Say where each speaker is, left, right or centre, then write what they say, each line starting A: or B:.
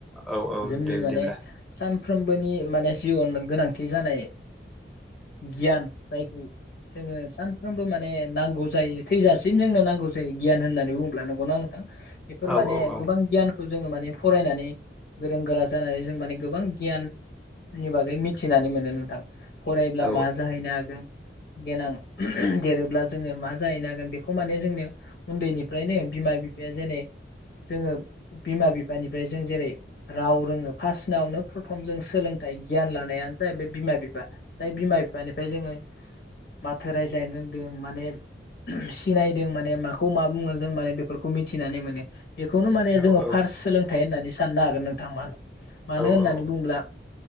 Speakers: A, in the centre; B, on the left.
A: औ औ
B: जोंनि
A: दे बिदिब्ला
B: माने सान सानफ्रोमबोनि माने जिउआव गोनांथि जानाय गियान जायखौ जोङो सानफ्रोमबो माने नांगौ जायो थैजासिम जोंनो नांगौ जायो गियान होननानै बुङोब्ला नंगौ ना नोंथां। बेफोर
A: औ
B: माने
A: औ औ
B: गोबां गियानखौ जोङो माने फरायनानै गोरों गोरा जानानै जों माने गोबां गियान आनि बागै मिथिनानै मोनो नोंथां फरायब्ला
A: औ
B: मा जाहैनो हागोन। देनां देरोब्ला जोङो मा जाहैनो हागोन बेखौ माने जोंनो उन्दैनिफ्रायनो बिमा बिफाया जेन जोङो बिमा बिफानिफ्राय जों जेरै राव रोङो फार्स्नावनो प्रथम जों सोलोंथाइ गियान लानायानो जाहै बे बिमा बिफा जाय बिमा बिफानिफ्राय जोङो माथो रायज्लायनो रोंदों माने सिनायदों माने माखौ मा बुङो जों माने बेफोरखौ मिथिनानै माने बेखौनो माने
A: औ
B: जोङो
A: औ
B: फार्स्ट सोलोंथाइ होननानै साननो हागोन नोंथांमोना मानो होननानै
A: औ
B: बुङोब्ला